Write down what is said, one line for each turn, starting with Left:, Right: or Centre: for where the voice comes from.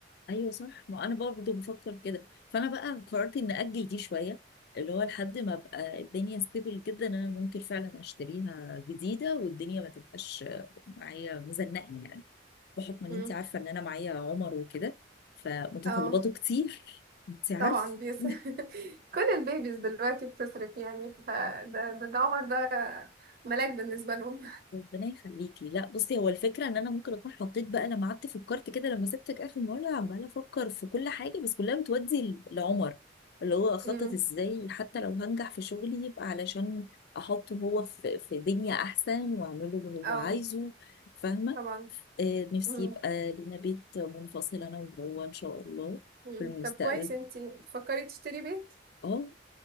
Left: ايوه صح ما انا برضه بفكر كده فانا بقى قررت ان اجل دي شويه اللي هو لحد ما ابقى الدنيا ستيبل جدا انا ممكن فعلا اشتريها جديده والدنيا ما تبقاش معايا مزنقه يعني بحكم ان
Right: مم.
Left: انت عارفه ان انا معايا عمر وكده فمتطلباته
Right: اه
Left: كتير انت عارفه
Right: طبعا بيص...
Left: <laughs>
Right: <laughs> كل البيبيز دلوقتي بتصرف يعني فده ده, ده عمر ده ملاك بالنسبة لهم
Left: ربنا يخليكي لا بصي هو الفكره ان انا ممكن اكون حطيت بقى لما قعدت فكرت كده لما سبتك اخر مره عماله افكر في كل حاجه بس كلها بتودي ل- لعمر اللي هو اخطط
Right: <laughs> مم.
Left: ازاي حتى لو هنجح في شغلي يبقى علشان احطه هو في في دنيا احسن واعمله اللي هو
Right: اه
Left: عايزه فاهمه
Right: طبعا
Left: آه نفسي
Right: مم.
Left: يبقى لينا بيت منفصل انا وهو ان شاء الله
Right: مم.
Left: في المستقبل
Right: طب كويس انتي بتفكري تشتري بيت
Left: اه